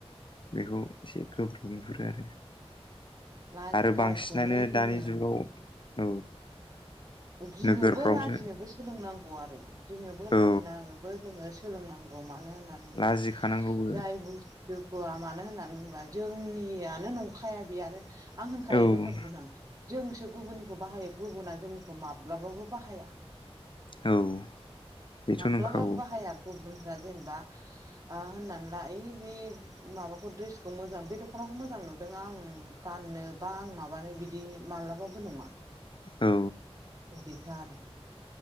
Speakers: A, on the left; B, on the right.
A: बेखौ एसे गोब्राब नुहुरो आरो
B: लाजि
A: आरो
B: गावखौनो
A: बांसिनानो
B: जोङो
A: दानि जुगाव औ।
B: गिनोबो
A: नोगोरफ्रावसो
B: लाजिनोबो सोलोंनांगौ आरो गिनोबो लाजिनाङोबो
A: औ
B: जोङो सोलोंनांगौ मानो होननानै बुंबा
A: लाजिखानांगौबो
B: जाय बुु दुखुआ मानो होननानै होनोबा जोंनियानो नंखाया बे आरो आं होनखायो
A: औ
B: दस्राखौनो आं जोंसो गुबुननिखौ बाहायो गुबुना जोंनि माब्लाबाबो बाहाया
A: औ बेथ'
B: माब्लाबाबो
A: नंखागौ
B: बाहाया। जेनेबा ओ होननानै ला ओइ बे माबाखौ द्रेसखौ मोजां बे थ ' दखनाखौ मोजां नुदों आं गाननो बा आं माबानो बिदि मालाबाबो नङा।
A: औ।
B: बिदिखा आरो